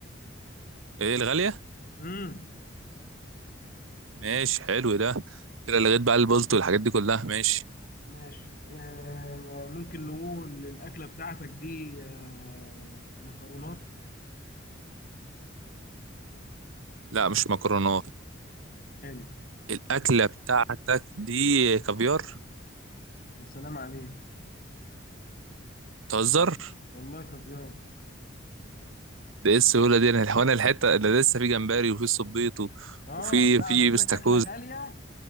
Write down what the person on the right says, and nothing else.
ايه الغاليه
ماشي حلو ده كده لغيت بقى البلط والحاجات دي كلها ماشي
لا مش مكرونات
الاكله بتاعتك دي كافيار
تهزر
ده ايه السهوله دي انا هو انا الحته اللي لسه في جمبري وفي صبيط و-
وفي
في
بستاكوزا